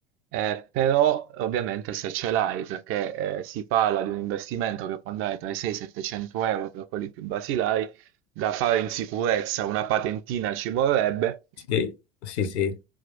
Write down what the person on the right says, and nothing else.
eh, però ovviamente se ce l'hai, perché eh, si parla di un investimento che può andare tra i 600 e i 700 euro per quelli più basilari, da fare in sicurezza, una patentina ci vorrebbe,